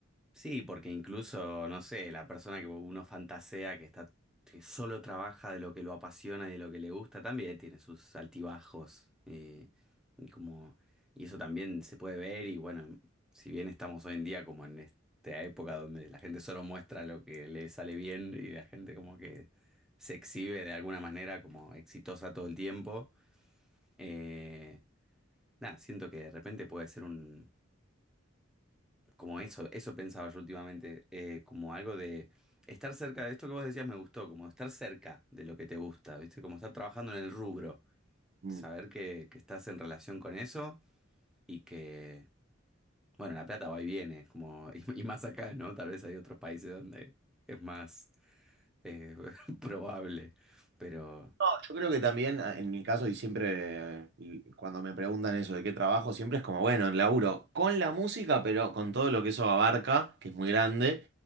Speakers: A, in the centre; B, on the right.
A: Sí, porque incluso, no sé, la persona que uno fantasea, que está, que solo trabaja de lo que lo apasiona y de lo que le gusta, también tiene sus altibajos. eh, y como, y eso también se puede ver, y bueno, si bien estamos hoy en día como en esta época donde la gente solo muestra lo que le sale bien y la gente como que se exhibe de alguna manera como exitosa todo el tiempo, eh, nada, siento que de repente puede ser un como eso, eso pensaba yo últimamente, eh, como algo de estar cerca de esto que vos decías me gustó, como estar cerca de lo que te gusta, ¿viste? Como estar trabajando en el rubro,
B: Mm.
A: saber que, que estás en relación con eso y que, bueno, la plata va y viene, como, <laughs> y, y más acá, ¿no? Tal vez hay otros países donde es más eh, <laughs> probable, pero...
B: No, yo creo que también, a- en mi caso, y siempre eh, y cuando me preguntan eso de qué trabajo, siempre es como, bueno, laburo con la música, pero con todo lo que eso abarca, que es muy grande.